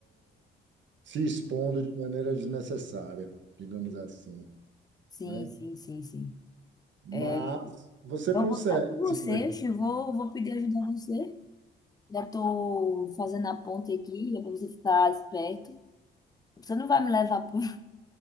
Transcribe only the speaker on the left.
Sim,
sim, sim, sim.
É,
Eu
vou estar com você,
eu vou, vou pedir ajuda a você. Já tô fazendo a ponte aqui, já pra você ficar esperto. Você não vai me levar para <laughs> um